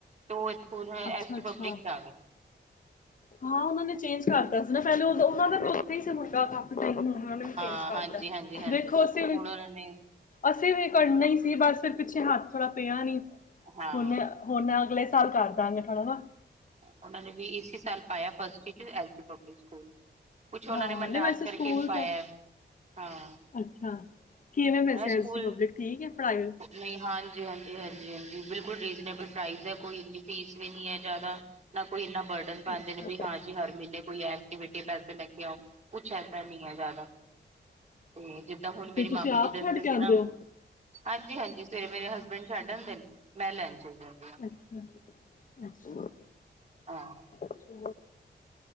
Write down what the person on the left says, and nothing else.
ਅੱਛਾ
ਅੱਛਾ
ਹਾਂ ਉਹਨਾਂ ਨੇ ਚੇਂਜ ਕਰਤਾ ਸੀ ਨਾ ਪਹਿਲਾਂ ਉਹਨਾਂ ਦਾ। ਫ੍ਰੀ ਸੀ ਮੁੰਡਾ ਕਾਫੀ ਟਾਈਮ ਉਹਨੇ ਵੀ
ਚੇਂਜ ਕਰਤਾ
ਦੇਖੋ ਅਸੀਂ ਵੀ
ਅਸੀਂ ਵੀ ਕਰਨਾ ਹੀ ਸੀ ਬਸ ਫਿਰ ਪਿੱਛੇ ਹੱਥ ਥੋੜਾ ਪਿਆ ਨੀ
ਹੁਨ ਹੁਣ ਅਗਲੇ ਸਾਲ ਕਰਦਾਂਗੇ ਥੋੜ੍ਹਾ ਨਾ
ਹਾਂ
ਨਹੀਂ ਵੈਸੇ
ਸਕੂਲ
ਤਾਂ
ਅੱਛਾ ਕਿਵੇਂ ਵੈਸੇ
ਐੱਸ ਡੀ ਪਬਲਿਕ ਠੀਕ ਐ ਪੜ੍ਹਾਈ ਵਿੱਚ।
ਅੱਛਾ
ਫਿਰ ਤੁਸੀਂ
ਆਪ
ਛੱਡ ਕੇ
ਆਉਂਦੇ
ਹੋ
ਅੱਛਾ ਅੱਛਾ।
ਅੱਛਾ।